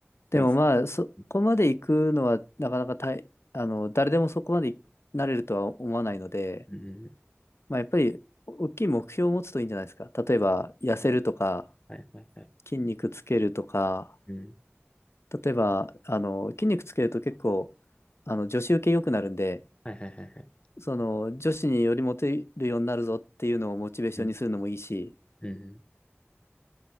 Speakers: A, on the left; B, on the left.
A: でもまあ、
B: これいいっす
A: そこまで行くのはなかなか大あの、
B: ね。
A: 誰でもそこまでいなれるとは思わないので、
B: うん。
A: まあやっぱり大きい目標を持つといいんじゃないですか。例えば痩せるとか、
B: はいはいはいはい。
A: 筋肉つけるとか、
B: うん。
A: 例えば、あの、筋肉つけると結構、あの、女子受け良くなるんで、
B: はいはいはいはい。
A: その、女子によりモテるようになるぞっていうのをモチベーションにするのもいいし、
B: うん。うん。